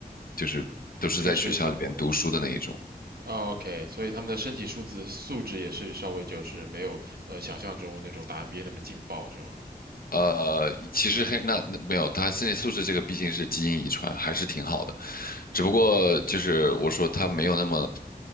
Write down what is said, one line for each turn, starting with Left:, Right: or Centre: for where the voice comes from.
Left: 就是都是在学校里边读书的那一种。
Right: 就是他。哦 OK，所以他们的身体素质素质也是稍微就是没有呃想象中那种打 NBA 那么劲爆，是吗？
Left: 呃，其实黑那那没有，他身体素质这个毕竟是基因遗传，还是挺好的。只不过就是我说他没有那么，